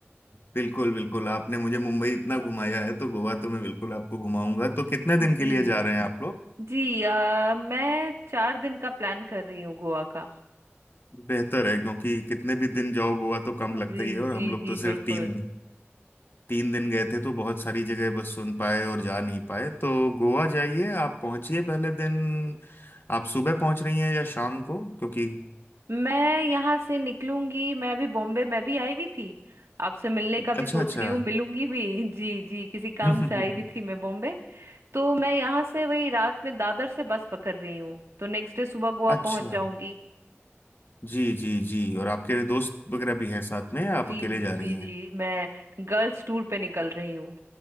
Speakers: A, on the left; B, on the right.
A: बिल्कुल बिल्कुल आपने मुझे मुंबई इतना घुमाया है तो गोवा तो मैं बिल्कुल आपको घुमाऊंगा तो कितने
B: जी
A: दिन के लिए जा रहे हैं आप लोग
B: जी आ, मैं चार दिन का प्लान कर रही हूँ गोवा का
A: बेहतर है क्योंकि कितने भी दिन जाओ गोवा तो कम लगता
B: जी
A: ही है और
B: जी
A: हम लोग
B: जी
A: तो
B: बिल्कुल
A: सिर्फ तीन तीन दिन गए थे तो बहुत सारी जगह बस सुन पाए और जा नहीं पाए तो गोवा जाइए आप पहुंचिए पहले दिन आप सुबह पहुंच रही हैं या शाम को क्योंकि
B: मैं यहाँ से निकलूंगी मैं अभी बॉम्बे मैं भी आई हुई थी आपसे मिलने का भी
A: अच्छा
B: सोच
A: अच्छा
B: रही हूँ मिलूंगी भी जी जी किसी काम
A: <laughs> हम्म
B: से आई हुई थी मैं बॉम्बे तो मैं यहाँ से वही रात में दादर से बस पकड़ रही हूँ तो नेक्स्ट डे सुबह गोवा
A: अच्छा
B: पहुंच जाऊंगी
A: जी जी जी और आपके दोस्त वगैरह भी हैं साथ में या
B: जी
A: आप अकेले जा रही
B: जी जी
A: हैं
B: मैं गर्ल्स टूर पे निकल रही हूँ